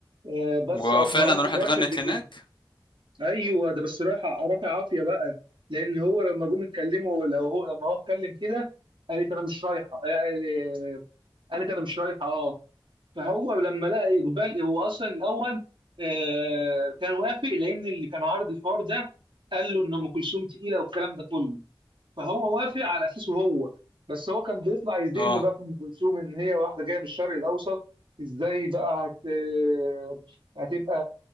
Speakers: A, on the right; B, on the left.
A: آه، بس
B: وفعلا
A: اقنعوه في
B: راحت
A: الاخر
B: غنت
A: بكده
B: هناك
A: ايوه ده بس رايحه رافع عافيه بقى لان هو لما جم اتكلموا لو هو لما هو اتكلم كده قالت انا مش رايحه آه، آه، قالت انا مش رايحه اه فهو لما لقى اقبال هو اصلا الاول آه كان وافق لان اللي كان عارض الحوار ده قال له ان ام كلثوم تقيله والكلام ده كله فهو وافق على اساسه هو بس هو كان بيطلع يذم
B: اه
A: بقى في ام كلثوم ان هي واحده جايه من الشرق الاوسط ازاي بقى هت آه، هتبقى